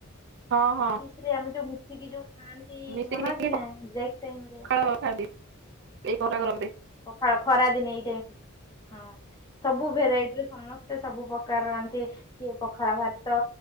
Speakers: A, on the right; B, on the left.
A: ହଁ ହଁ
B: ଅଫିସ୍ ରେ ଆମେ ଯୋଉ ମିଶିକି ଯୋଉ ଖାଆନ୍ତି
A: ମିଶିକି
B: ମନା
A: ମିଶିକି
B: ଅଛି ନା ବ୍ରେକ୍ ଟାଇରେ।
A: ପଖାଳ ଖାଆନ୍ତି ଏଇ ଖରା
B: ହଁ
A: ଗରମରେ
B: ପଖାଳ ଖରାଦିନେ ଏଇ ଟାଇମ, ହଁ। ସବୁ ଭେରାଇଟି ର ସମସ୍ତେ ସବୁ ପ୍ରକାର ଆନ୍ତି। କିଏ ପଖାଳ ଭାତ